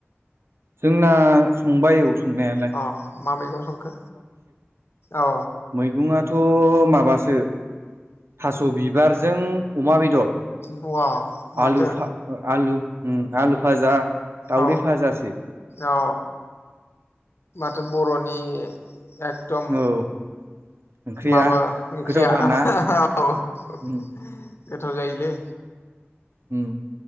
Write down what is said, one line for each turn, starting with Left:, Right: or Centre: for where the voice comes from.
Right: जोंना संबाय औ संनायालाय
Left: अ मा मैगं संखो? औ
Right: मैगंङा थ माबासो थास बिबारजों अमा बेदर
Left: बवा माथो
Right: आलु फा आलु उम आलु भाजा दावदै
Left: औ
Right: भाजासो
Left: औ माथो बर'नि एकदम
Right: औ ओंख्रिया
Left: माबा ओंख्रिया
Right: गोथावथार ना
Left: औ गोथाव
Right: उम
Left: जायोलै
Right: उम